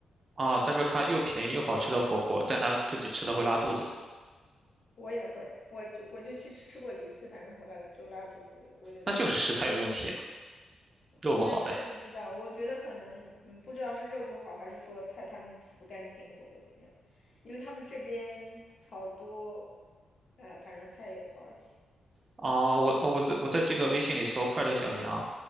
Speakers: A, on the right; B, on the left.
A: 啊，他说他又便宜又好吃的火锅，但他自己吃了会拉肚子，
B: 我也会，我就我就去吃过一次，反正回来就拉肚子，我我就再没去。
A: 那就是食材有问题啊，肉不好呗。
B: 那也真不知道，我觉得可能嗯，不知道是肉不好，还是说菜他们洗不干净或者怎么样，因为他们这边好多，哎，反正菜也不好洗。
A: 哦，我哦我在我在这个微信里搜快乐小羊，